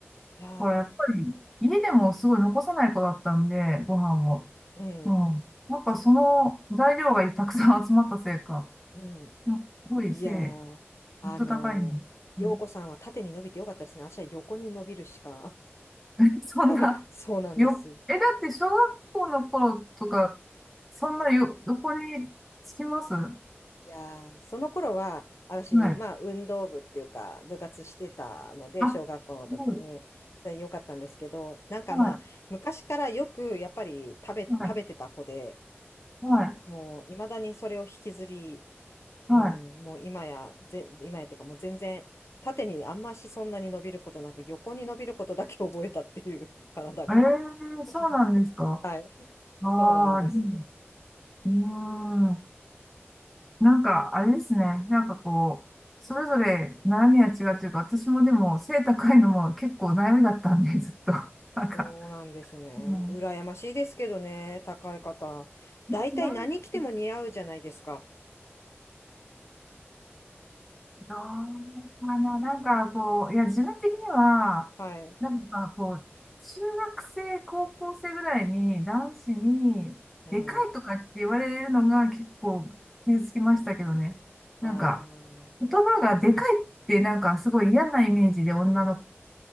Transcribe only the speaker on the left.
いや、
うん、
うん、
そうか。うん。
いやー、あのー、
陽子さんは縦に伸びてよかったですね。私は横に伸びるしか。
<laughs> そうなんです。
いやー、その頃は、私、
まあ、運動部っていうか、部活してたので、
小学校の時に、
でよかったんですけど、なんかまあ、
昔からよく、やっぱり食べ、
食べてた子で、
もう、いまだにそれを引きずり、
うん、もう今や、ぜ、今やっていうか、もう全然、縦にあんましそんなに伸びることなく、横に伸びることだけ覚えたっていう、体が。
<laughs> はい、
そうなんです。
そうなんですね。
羨ましいですけどね、高い方。
大体何着ても似合うじゃないですか。
はい。
うん。
ああ。